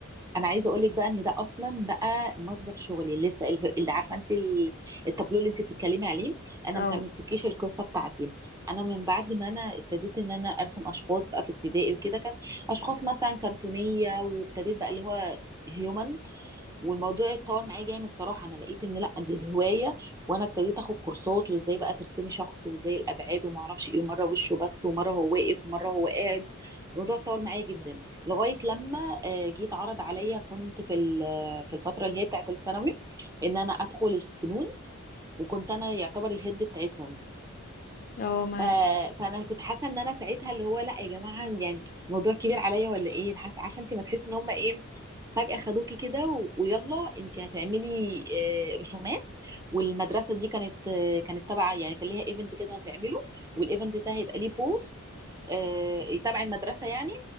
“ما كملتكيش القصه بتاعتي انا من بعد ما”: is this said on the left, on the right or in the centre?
Right